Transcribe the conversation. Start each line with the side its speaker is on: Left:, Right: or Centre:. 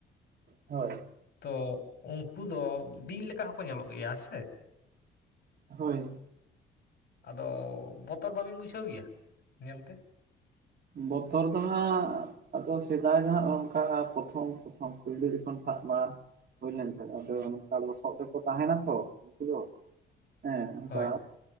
Right: ᱦᱳᱭ
Left: ᱛᱚ ᱩᱱᱠᱩ ᱫᱚ ᱵᱤᱧ ᱞᱮᱠᱟ ᱦᱚᱸᱠᱚ ᱧᱮᱞᱚᱜ ᱜᱮᱭᱟᱮᱸ ᱥᱮ
Right: ᱦᱳᱭ
Left: ᱟᱫᱚ ᱵᱚᱛᱚᱨ ᱵᱟᱵᱤᱱ ᱵᱩᱡᱷᱟᱹᱣ ᱜᱮᱭᱟ ᱧᱮᱞᱛᱮ
Right: ᱵᱚᱛᱚᱨ ᱫᱚ ᱦᱟᱸᱜ ᱟᱫᱚ ᱥᱮᱫᱟᱭ ᱫᱚ ᱦᱟᱸᱜ ᱚᱱᱠᱟ ᱯᱨᱚᱛᱷᱚᱢ ᱯᱨᱚᱛᱷᱚᱢ ᱯᱳᱭᱞᱳ ᱡᱠᱷᱚᱱ ᱥᱟᱵ ᱵᱟᱲᱟ ᱦᱩᱭᱞᱮᱱ ᱛᱟᱦᱮᱸ ᱟᱫᱚ ᱱᱚᱝᱠᱟ ᱞᱚᱥᱚᱫ ᱨᱮᱠᱚ ᱛᱟᱦᱮᱱᱟ ᱛᱚ ᱩᱱᱠᱩ ᱫᱚ ᱦᱮᱸ ᱚᱱᱠᱟ
Left: ᱦᱳᱭ